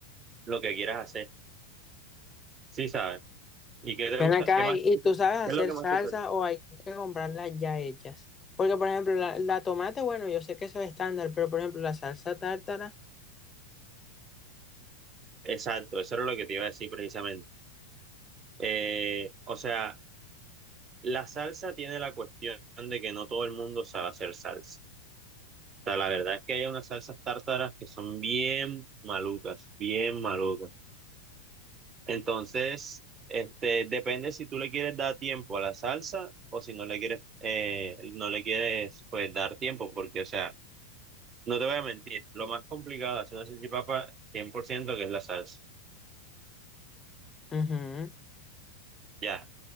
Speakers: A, on the right; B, on the left.
A: lo que quieras hacer. Sí, ¿sabes? ¿Y qué te
B: Ven
A: gusta?
B: acá
A: ¿Qué más?
B: y,
A: ¿Qué
B: y tú sabes hacer
A: es lo que más
B: salsa
A: te gusta?
B: o hay que comprarlas ya hechas. Porque, por ejemplo, la, la tomate, bueno, yo sé que eso es estándar, pero, por ejemplo, la salsa tártara.
A: Exacto, eso era lo que te iba a decir precisamente. Eh, o sea, la salsa tiene la cuestión de que no todo el mundo sabe hacer salsa. O sea, la verdad es que hay unas salsas tártaras que son bien malucas, bien malucas. Entonces, este, depende si tú le quieres dar tiempo a la salsa o si no le quieres, eh, no le quieres, pues, dar tiempo, porque, o sea, no te voy a mentir, lo más complicado de hacer una salchipapa, 100%, que es la salsa.
B: ujú,
A: Ya.